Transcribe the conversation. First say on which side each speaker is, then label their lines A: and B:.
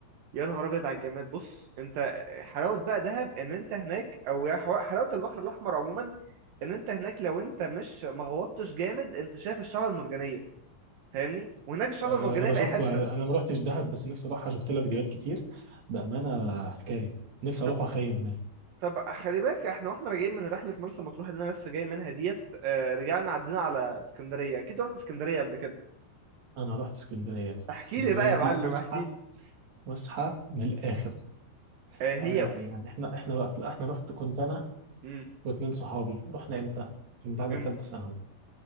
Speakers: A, on the right; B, on the right.
A: يا نهار ابيض على الجمال بص انت حلاوه بقى دهب ان انت هناك او يا حو- حلاوه البحر الاحمر عموما ان انت هناك لو انت مش مغوطتش جامد انت شايف الشعب المرجانيه فاهمني وهناك الشعب
B: آه،
A: المرجانيه
B: انا بشوف
A: في اي حته
B: آه، انا ما رحتش دهب بس نفسي اروحها شفت لها فيديوهات كتير بامانه حكايه نفسي
A: طب
B: اروح واخيم هناك
A: طب خلي بالك احنا واحنا راجعين من رحلة مرسى مطروح اللي انا لسه جاي منها ديت آه، رجعنا عدينا على اسكندرية اكيد رحت اسكندرية قبل كده
B: انا رحت اسكندريه اسكندريه
A: احكي لي بقى يا
B: دي
A: معلم
B: فسحه
A: احكي لي
B: فسحه من الاخر
A: آه، هي
B: آه، يعني احنا احنا وقت احنا رحت كنت انا
A: امم
B: واثنين صحابي رحنا امتى من بعد
A: امتى
B: ثالثه ثانوي